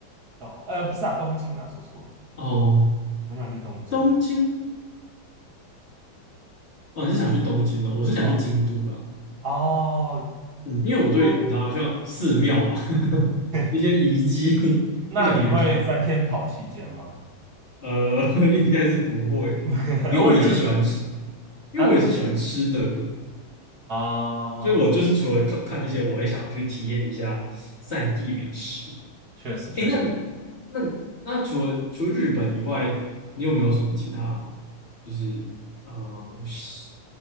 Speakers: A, on the right; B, on the left.
A: 到呃不是啊，东京啊，说错了，
B: 哦，
A: 我想去东京。
B: 东京。哦，你是想去东京哦？我是想去京都啦。
A: 啊。哦，
B: 嗯，因为我对你知道，
A: 京都，
B: 像寺庙嘛，<laughs>
A: <laughs>
B: 一些遗迹 <laughs>
A: 那你会三天跑七间吗？
B: 不想去看。呃，<laughs> 应该是不会的，
A: <laughs>
B: 因为我也是喜欢吃，
A: 我也觉得是
B: 因为我也是喜欢吃的人，
A: 啊啊，
B: 所以我就是除了看看这些，我也想要去体验一下在地美食。
A: 确实确实，
B: 诶，那你那你那除了除了日本以外，你有没有什么其他就是呃想